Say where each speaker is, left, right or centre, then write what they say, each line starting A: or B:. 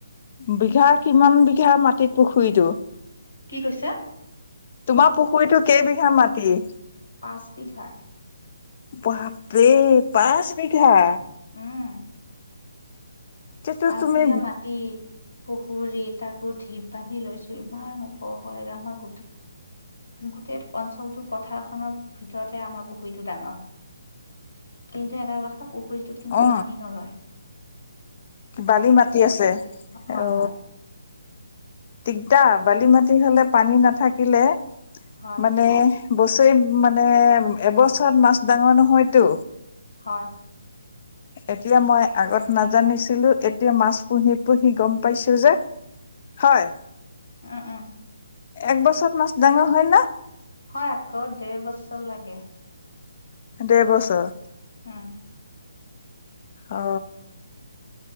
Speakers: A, on the left; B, on the left.
A: বিঘা কিমান বিঘা ম পুখুৰীটো
B: কি কৈছা
A: তোমাৰ পুখুৰীটো কেইবিঘা মাটি
B: পাঁচ বিঘাৰ
A: বাপে পাঁচ বিিঘা
B: উম
A: তেতিয়াতো
B: পাঁচ
A: তুমি
B: বিঘা মাটি পুখুৰীত তাকো ধীপ বান্ধি লৈছো ইমান ওখখৰেগে আমাৰ গো গোটেই অঞ্চলটো পথাৰখনৰ ভিতৰতে আমাৰ পুখুৰীটো ডাঙৰ কিন্তু এটা কথা পুখুৰীটোত কিন্তু
A: অ
B: পানী নৰয়
A: বালি মাটি আছে
B: হয়
A: অ
B: হয়
A: দিগদা বালি মাটি হলে পানী নাথাকিলে
B: হয়
A: মানে বছৰি মানে এবছৰত মাছ ডাঙৰ নহয়তো
B: হয়
A: এতিয়া মই আগত নাজানিছিলো এতিয়া মাছ পুহি পুহি গম প যে হয়
B: উম উম
A: একবছৰত মাছ ডাঙৰ হয় না
B: হয় আকৌ দেৰ বছৰ লাগে
A: দেৰ বছৰ
B: উম
A: অ